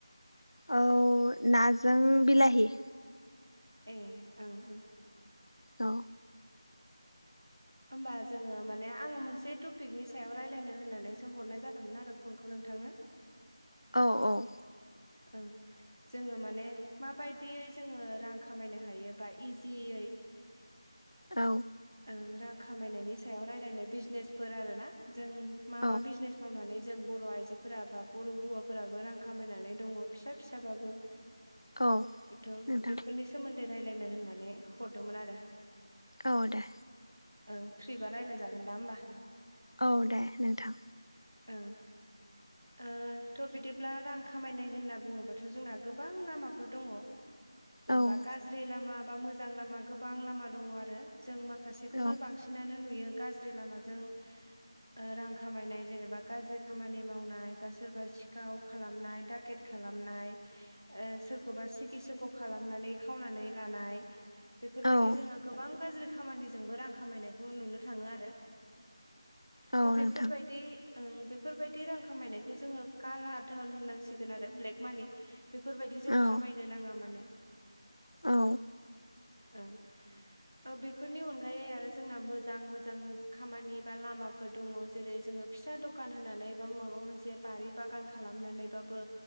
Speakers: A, on the left; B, on the right.
A: औ नाजों बिलाहि
B: ए ओं
A: औ
B: होमबा जोङो माने आङो मोनसे टपिकनि सायाव राय्लायनो होननानैसो हरनाय जादोंमोन आरो फनखौ नोंथांनो
A: औ औ
B: ओं जोङो माने माबायदियै जोङो रां खामायनो हायोबा इजियै
A: औ
B: ओ रां खामायनायनि सायाव रायलायनो बिजनेसफोर आरो ना जों मा
A: औ
B: मा बिजनेस मावनानै जों बर' आइजोफोर बा बर' हौवाफोराबो रां खामायनानै दङ फिसा फिसाबाबो।
A: औ
B: थ'
A: नोंथां
B: बेफोरनि सोमोन्दै रायलायनो होननानै हरदोंमोन आरो।
A: औ दे।
B: ओं फ्रिबा रायज्लाय जागोन दा होमबा।
A: औ दे नोंथां।
B: ओं। ओ थ' बिदिब्ला रां खामायनाय होनना बुङोबाथ' जोंना गोबां लामाफोर दङ। जेनेबा
A: औ
B: गाज्रि लामा बा मोजां लामा गोबां लामा दङ आरो जों माखासेखौनो
A: औ
B: बांसि नानो नुयो गाज्रि लामाजों ओ रां खामायनाय जेनेबा गाज्रि खामानि मावनाय बा सोरबा सिखाव खालामनाय दाकेट खालामनाय ओ सोरखौबा सिगि सुख' खालामनानै खावनानै लानाय बेफोरबायदि
A: औ
B: जोङो गोबां गाज्रि खामानिजोंबो रां खामायनायखौ नुनो थाङो आरो।
A: औ
B: थ' बेफोरबायदि
A: नोंथां
B: ओं बेफोरबायदि रां खामायनायखौ जोङो काला धोन होननांसिगोन आरो ब्लेक मानि। बेफोरबायदि जों
A: औ
B: खामायनो नाङा माने।
A: औ।
B: ओं ओ बे फोरनि अनगायै आरो जोंना मोजां मोजां खामानि बा लामाफोर दङ जेरै जोङो फिसा दखान होनानै बा माबा मोनसे बारि बागान खालामनानैबाबो